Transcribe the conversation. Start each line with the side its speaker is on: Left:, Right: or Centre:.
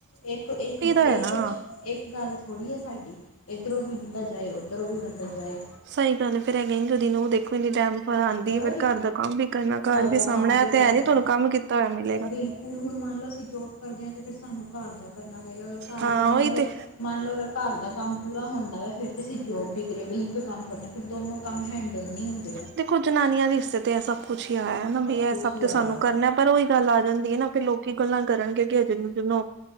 Left: ਇੱਕ- ਇੱਕ-
Right: ਦਾ
Left: ਇੱਕ-
Right: ਹੈ ਨਾ
Left: ਇੱਕ ਗੱਲ ਥੋੜੀ ਐ ਸਾਡੀ। ਇੱਧਰੋਂ ਵੀ ਬੰਦਾ ਜਾਏ ਉੱਧਰੋਂ ਵੀ ਬੰਦਾ ਜਾਏ।
Right: ਸਹੀ ਗੱਲ ਏ ਫਿਰ ਹੈਗਾ ਉਹਦੀ ਨੂੰਹ ਦੇਖੋ ਏਨੇ ਟੈਮ- ਪਰ ਆਂਦੀ
Left: ਹੋਰ
Right: ਫਿਰ ਘਰ ਦਾ ਕੰਮ ਵੀ ਕਰਨਾ, ਘਰ ਵੀ
Left: ਦਾ
Right: ਸਾਮਣਾ
Left: ਕੰਮ
Right: ਏ ਤੇ
Left: ਕਰਨਾ
Right: ਹੈ ਨੀ ਤੁਨੂੰ ਕੰਮ ਕੀਤਾ ਹੋਇਆ ਮਿਲੇਗਾ।
Left: ਬਿਲਕੁਲ ਹੁਣ ਮੰਨ ਲਓ ਅਸੀਂ ਜੋਬ ਕਰਦੇ ਹਾਂ ਤੇ ਫਿਰ ਸਾਨੂੰ ਘਰ ਦਾ- ਕਰਨਾ ਪਏਗਾ। ਅਗਰ ਘਰ
Right: ਹਾਂ
Left: ਦਾ ਮੰਨ
Right: ਉਹੀ
Left: ਲਓ
Right: ਤੇ
Left: -ਮੰਨ ਲਓ ਅਗਰ ਘਰ ਦਾ ਕੰਮ ਪੂਰਾ ਹੁੰਦਾ ਵੇ ਫੇਰ ਤੇ ਅਸੀਂ ਜੋਬ ਵੀ- ਰੇ ਬਈ ਇੱਕ ਕੰਮ ਕਰਨਾ ਫਿਰ ਦੋਨੋ ਕੰਮ ਹੈਂਡਲ ਨਹੀਂ ਹੁੰਦਾ।
Right: ਦੇਖੋ ਜਨਾਨੀਆਂ- ਰਿਸ਼ਤੇ ਤੇ ਸ- ਕੁੱਛ ਹੀ ਆਇਆ ਵੀ
Left: ਕੁਝ
Right: ਐ ਸਭ
Left: ਹੀ
Right: ਤੇ
Left: ਆਇਆ
Right: ਸਾਨੂੰ ਕਰਨੈ ਪਰ ਉਹੀ ਗੱਲ ਆ ਜਾਂਦੀ ਏ ਨਾ ਫੇਰ ਲੋਕੀ ਗੱਲਾਂ- ਕਰਨਗੇ ਕਿ ਏ ਜਿਨੋ ਜਿਨੂੰ-